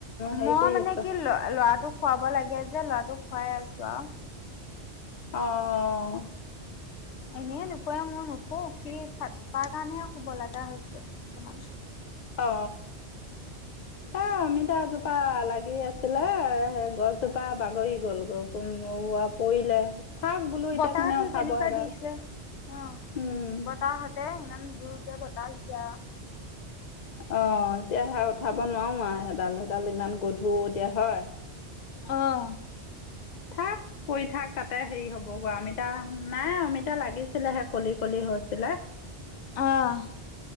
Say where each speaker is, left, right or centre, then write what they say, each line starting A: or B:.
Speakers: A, on the left (about 55°); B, on the left (about 80°).
A: হেৰি
B: মই
A: কৰি
B: মানে
A: আছ?
B: কি ল ল'ৰাটোক খোৱা কব লাগে যে ল'ৰাটোক খুৱাই আছো আৰু
A: আহ
B: এনে কোৱা ময়নকৌ কি্জ তাৰ কাৰণে শুবলতা হৈ হৈছে অকমান
A: অ হে অমিতা এজোপা লাগে কি আছিলে সেই গছজোপা বাগৰি গ'ল গ পৰিলে থাক বোলো এতিয়া
B: বতাহতটো
A: কোনে উঠাব
B: যেনেকুৱা
A: সেইডাল
B: দিছে অ
A: উম
B: বতাহাহতে ইমান জুৰকে বতা আহিছে
A: অ এতিয়া সে উঠাব নোৱাৰো আৰু এডাল সডাল ইমান গধুৰ এতিয়া হয়
B: আহ
A: থাক পৰি থাক তাতে হেৰি হ'ব গ অমিতা নাই অমিতা লাগিছিলেহে কলি কলি হৈছিলে
B: আহ